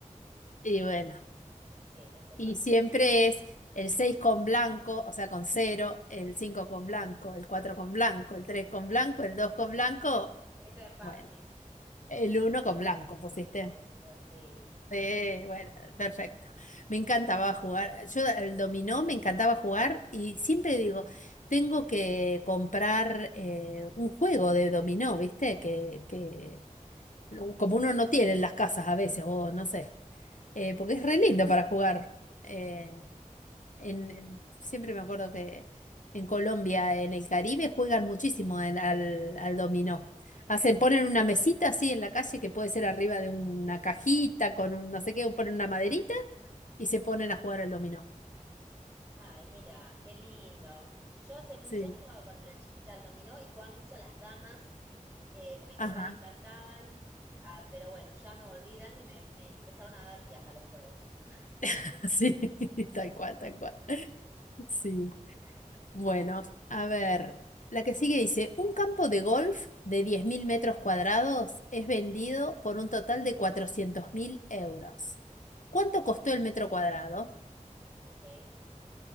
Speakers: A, on the left; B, on the right.
A: Y bueno,
B: Sí, esta es
A: y
B: fácil.
A: siempre es el 6 con blanco, o sea, con cero, el 5 con blanco, el 4 con blanco, el 3 con blanco, el 2 con blanco,
B: Esta es fácil.
A: bueno, el uno con blanco pusiste.
B: Obvio, sí.
A: Sí, bueno, perfecto. Me encantaba jugar. Yo el dominó me encantaba jugar y siempre digo, tengo que comprar eh, un juego de dominó, ¿viste? Que, que no- como uno no tiene en las casas a veces, o no sé, eh, porque es re lindo para jugar. eh, en, en- siempre me acuerdo que en Colombia, en el Caribe, juegan muchísimo en- al, al dominó. Hacen, ponen una mesita así en la calle que puede ser arriba de una cajita con un no sé qué, ponen una maderita y se ponen a jugar al dominó.
B: Ay, mira, qué lindo. Yo hace mucho
A: Sí,
B: jugaba cuando era chiquita al dominó y jugaba mucho a las damas, eh, porque a mi
A: ajá,
B: papá le encantaban. Ah, pero bueno, ya me volví grande y me, me empezaron a dar fiaca los juegos. <laughs>
A: <laughs> sí, <laughs> tal cual, tal cual. Sí. Bueno, a ver, la que sigue dice, un campo de golf de 10.000 metros cuadrados es vendido por un total de 400.000 euros. ¿Cuánto costó el metro cuadrado?
B: Ok.